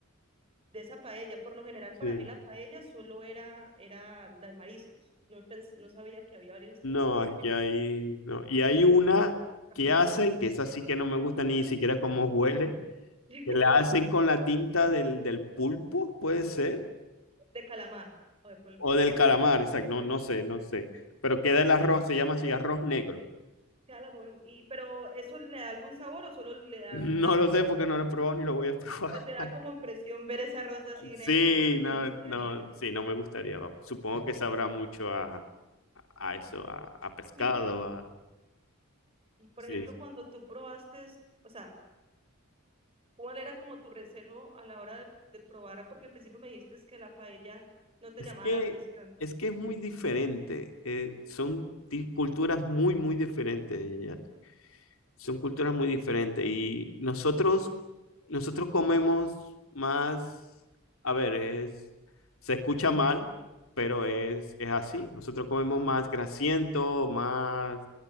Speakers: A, on the right (about 30°); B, on the left (about 80°).
A: de esa paella, por lo general para
B: sí.
A: mí la paella solo era, era la de mariscos, no, pens- no sabía que había varios estilos
B: No,
A: de paella,
B: aquí hay... No. Y hay
A: Y-
B: una
A: ajá,
B: que hacen, que esa sí que no me gusta ni siquiera cómo huele,
A: <laughs>
B: que la hacen con la tinta del, del pulpo, puede ser.
A: de calamar o de pulpo,
B: O del calamar, exacto. No, no sé, no sé. Pero queda el arroz, se llama así arroz negro. <laughs>
A: sea la mujer, y, pero ¿eso le da algún sabor o solo le da,
B: No
A: la,
B: lo sé
A: la-
B: porque no lo he probado ni lo voy a probar.
A: o te
B: <laughs>
A: da como impresión ver ese arroz así
B: Sí,
A: negro, porque me
B: no,
A: imagino que queda
B: no,
A: negro,
B: sí, no me gustaría, vamos. Supongo que sabrá mucho a, a eso, a, a pescado,
A: y,
B: a...
A: y por
B: Sí.
A: ejemplo cuando tú probaste, o sea, ¿Cuál era como tu recelo a la hora de, de probar? ah, Porque al principio me dijiste que la paella no te
B: Es
A: llamaba
B: que,
A: la atención.
B: es que es muy diferente. eh, son di- culturas muy, muy diferentes, son culturas muy diferentes y nosotros, nosotros comemos más, a ver, es, se escucha mal, pero es, es así. Nosotros comemos más grasiento, más,